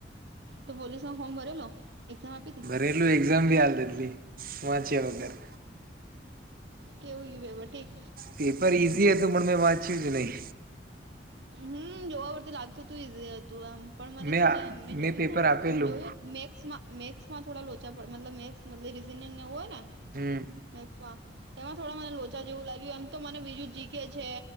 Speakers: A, on the right; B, on the right.
A: તો પોલીસ નો ફોર્મ ભરેલો? એક્ઝામ આપી તી?
B: રેલ્વે એક્ઝામ ભી હાલ દીધેલી, વાંચ્યા વગર.
A: કેવું ગયું પેપર? ઠીક?
B: પેપર ઇઝી હતું, પણ મે વાંચ્યું જ નહીં.
A: હમ્મ. જોવા પરથી લાગતું તું ઈઝી હતું આમ. પણ મને
B: મેં
A: છે ને મેં જોયું
B: પેપર
A: ને
B: આપેલું
A: મે જોયું મેક્સમાં મેક્સમાં થોડા લોચા પડે મતલબ મેક્સ રીઝનિંગને એવું હોય ને
B: હમ
A: મેક્સમાં, તેમાં થોડા મને લો ચા જેવું લાગ્યું, એમ તો મને બીજું જી કે છે,